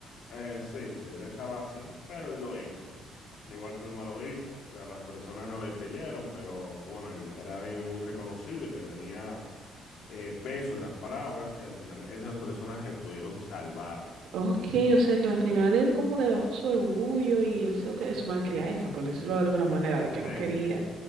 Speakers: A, on the left (about 75°); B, on the right (about 80°).
A: Eh, sí, sí, él estaba así, pero él lo hizo. De igual forma lo hizo. O sea, las personas no le creyeron, pero bueno, él era alguien muy reconocido y que tenía eh, peso en las palabras y al final esas personas se pudieron salvar.
B: Ok, o sea que al final él como que dejó su orgullo y él se que su malcriadeza, por decirlo de alguna manera, de que
A: Sí,
B: no quería.
A: sí.